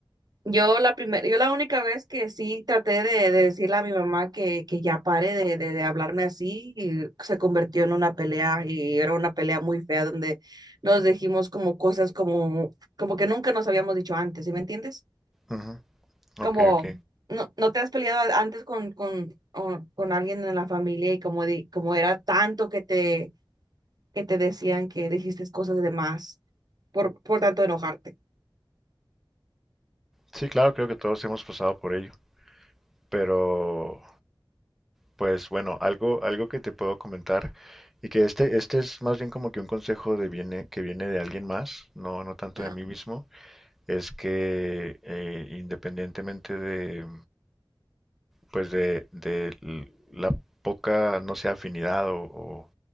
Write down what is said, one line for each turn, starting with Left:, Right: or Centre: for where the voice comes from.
Right: Yo la primera, yo la única vez que sí traté de, de decirle a mi mamá que, que ya pare de, de, de hablarme así, y se convirtió en una pelea y era una pelea muy fea donde nos dijimos como cosas como, como que nunca nos habíamos dicho antes, ¿sí me entiendes?
Centre: Ujú,
Right: Como,
Centre: Ok, ok.
Right: no, no te has peleado antes con, con, con, con alguien en la familia y como, di- como era tanto que te, que te decían que dijiste cosas de más por, por tanto enojarte.
Centre: Sí, claro, creo que todos hemos pasado por ello. Pero, pues bueno, algo, algo que te puedo comentar y que este, este es más bien como que un consejo de viene, que viene de alguien más, no, no tanto
Right: Ajá,
Centre: de mí mismo. es que eh, independientemente de, pues de, de l- la poca, no sé, afinidad o, o-